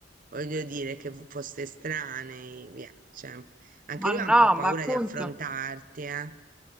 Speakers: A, on the right; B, in the centre.
A: voglio dire che foste strani, via. Cioè, anche
B: Ma
A: lui
B: no,
A: ha un po' paura
B: ma appunto
A: di affrontarti, eh.